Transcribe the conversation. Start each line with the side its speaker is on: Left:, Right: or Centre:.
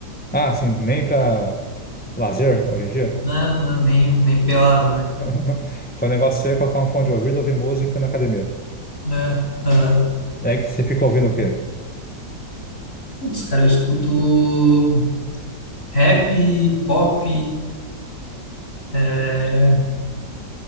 Centre: Ah, assim, nem pra lazer hoje em dia?
Left: Não, não, nem, nem pelada mais.
Centre: <laughs> Então o negócio é colocar um fone de ouvido, e ouvir música na academia.
Left: É, aham.
Centre: E aí que você fica ouvindo o quê?
Left: Putz, cara, eu escuto rap, pop, é,